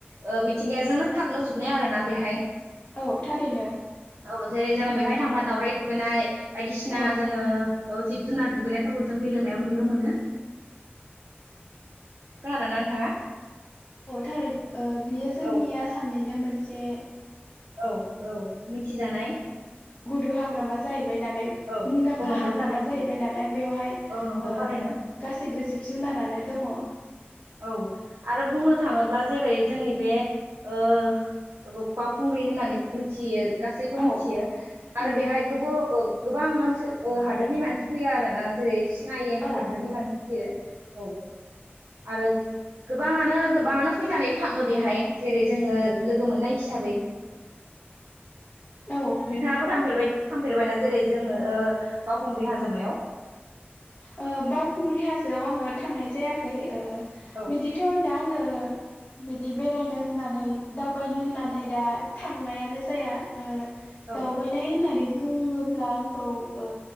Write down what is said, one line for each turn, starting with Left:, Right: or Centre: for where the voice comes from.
Right: ओ मिथिंगायाजोंनो फाग्लोबजोबनाय आरो ना बेहाय।
Left: औ थारैनो
Right: औ जेरै जोङो
Left: ओ
Right: बेवहाय थांबा दावराय दुखोनाय बायदिसिना
Left: औ
Right: जोङो। औ जिब- जुनार दुगैनायफोरखौ जों बेलेमायाव नुनो मोनो। खोनादोंना नोंथाङा?
Left: औ थारै ओ बियो जोंनि
Right: औ
Left: आसामनिनो मोनसे
Right: औ औ मिथिजानाय।
Left: गुरु हाग्रामा जायो। बाय नालाय
Right: औ
Left: मुंदांखा
Right: औ नंगौ
Left: हाग्रामा
Right: थारैनो
Left: जाहैबाय नालाय बेवहाय ओ
Right: औ नंगौ थारैनो
Left: गासैबो जिब-जुनारानो दङ।
Right: औ आरो बुंनो थाङोब्ला जेरै जोंनि बे ओ बावखुंग्रि होननानै मिथियो। गासैबो मिथियो
Left: औ
Right: आरो
Left: औ
Right: बेवहाय गोबो ओ। गोबां ओनसो ओ हादोरनि मानसि फैयो आरो ना जेरै सिनाय हादोरनि
Left: औ
Right: मानसि फैयो। औ। आरो गोबाङानो गोबाङानो फैनानै थाङो बेहाय। जेरै जोङो लोगो मोननाय हिसाबै।
Left: औ ओ
Right: नोंथाङाबो थांफेरबाय? थांफेरबायना जेरै जोङो ओ बावखुंग्रि हाजोमायाव?
Left: ओ बावखुंग्रि हाजोआव आङो थांनाय जायाखै ओ
Right: औ
Left: बिदिथ दा आंङो बिदि बेरायनो होननानै दावबायनो होननानै दा थांनायानो जाया ओ
Right: औ
Left: दावबायनाय होननानै बुङोब्ला आंखौ ओ